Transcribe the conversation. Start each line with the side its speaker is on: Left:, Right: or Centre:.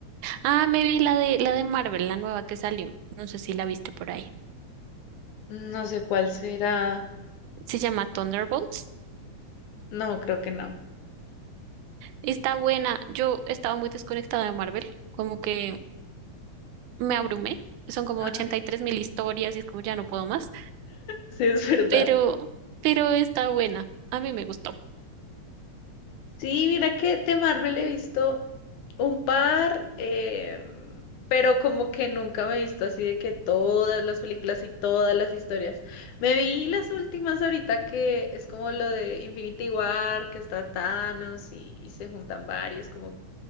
Right: Ah, me vi la de, la de Marvel, la nueva que salió. No sé si la viste por ahí.
Left: No sé cuál será.
Right: Se llama Thunderbolts.
Left: No, creo que no.
Right: Está buena. Yo estaba muy desconectada de Marvel. Como que me abrumé. Son como
Left: Ajá,
Right: ochenta y tres mil historias y es como ya no puedo más.
Left: sí, es verdad.
Right: pero, pero está buena. A mí me gustó.
Left: Sí, mira que de Marvel he visto un par, eh, pero como que nunca me he visto así de que todas las películas y todas las historias. Me vi las últimas ahorita que es como lo de Infinity War, que está Thanos y, y se juntan varios, como